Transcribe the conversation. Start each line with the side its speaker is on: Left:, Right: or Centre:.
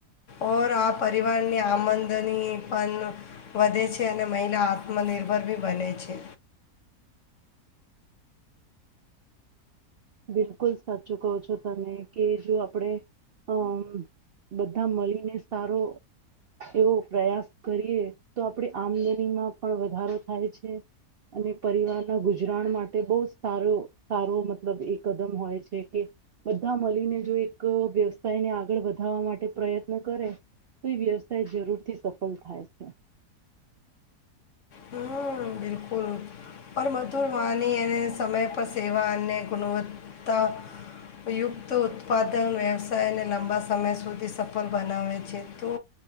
Left: ઓર આ પરિવારની આમદની પણ વધે છે અને મહિલા આત્મનિર્ભર બી બને છે
Right: બિલકુલ સાચું કહો છો તમે કે જો આપણેે અમ બધા મળીને સારો એવો પ્રયાસ કરીએ તો આપડી આમદનીમાં પણ વધારો થાય છે અને પરિવારના ગુજરાણ માટે બહુ સારો સારો મ મતલબ એ કદમ હોય છે કે બધા મળીને જો એક વ્યવસાયને આગળ વધારવા માટે પ્રયત્ન કરે તો એ વ્યવસાય જરૂરથી સફળ થાય છે
Left: હમ બિલકુલ પર મધુર માની એને સમય પર સેવા અને ગુણવત્તાયુક્ત ઉત્પાદન વ્યવસાયને લાંબા સમય સુધી સફળ બનાવે છે તો